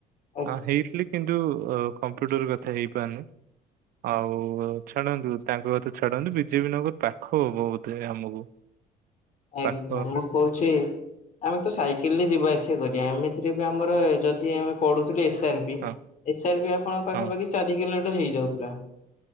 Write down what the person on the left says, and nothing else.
ଆ
ଆଜ୍ଞା
ମୁଁ କହୁ ଛି, ଆମେ ତ ସାଇକେଲରେ ଯିବା ଆସିବା କରିବା। ଏମିତିରେ ବି ଆମର ଯଦି ଆମେ ପଢୁଥିଲେ। ଏସ୍ ତାରପି,
ଏସ୍ ଆର ବି ଆପଣଙ୍କ ପାଖାପାଖି
ଚାରି କିଲୋମିଟର ହେଇଯାଉଥୁଲା।